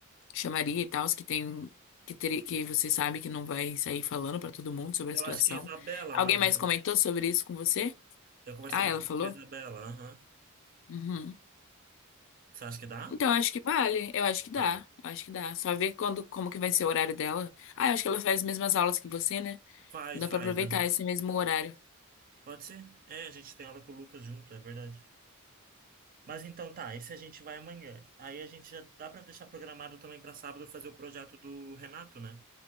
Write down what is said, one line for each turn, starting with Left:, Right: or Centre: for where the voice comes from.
Left: chamaria e tal, os que tem, que, ter, que você sabe que não vai sair falando pra todo mundo sobre
Right: Eu
Left: a situação.
Right: acho que é Isabela,
Left: Alguém
Right: mas
Left: mais
Right: eu,
Left: comentou sobre isso com você?
Right: eu conversei
Left: Ah,
Right: bastante
Left: ela falou?
Right: com a Isabela. aham.
Left: Uhum.
Right: Você acha que dá?
Left: Então, acho que vale. Eu acho que dá.
Right: Tá.
Left: Eu acho que dá. Só ver quando, como que vai ser o horário dela. Ah, eu acho que ela faz as mesmas aulas que você, né?
Right: Faz,
Left: Dá
Right: faz.
Left: pra aproveitar
Right: aham.
Left: esse mesmo horário.
Right: Pode ser? É, a gente tem aula com o Lucas junto, é verdade. Mas então tá, esse a gente vai amanhã. Aí a gente já dá pra deixar programado também pra sábado fazer o projeto do Renato, né? O